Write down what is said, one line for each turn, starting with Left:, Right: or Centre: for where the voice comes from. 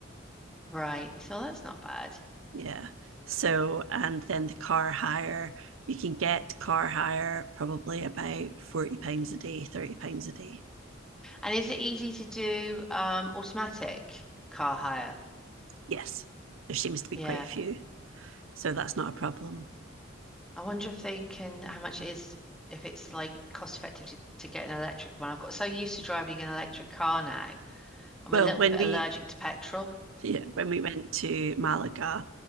Centre: right. So that's not bad.
Right: Yeah. So, and then the car hire, you can get car hire probably about 40 pounds a day, 30 pounds a day.
Centre: And is it easy to do um automatic car hire?
Right: Yes. There seems to be
Centre: Yeah.
Right: quite a few. So that's not a problem.
Centre: I wonder if they can, how much it is, if it's like cost effective to, to get an electric one. I've got so used to driving an electric car now. I'm
Right: Well,
Centre: a little
Right: when
Centre: bit
Right: we
Centre: allergic to petrol.
Right: yeah, when we went to Malaga,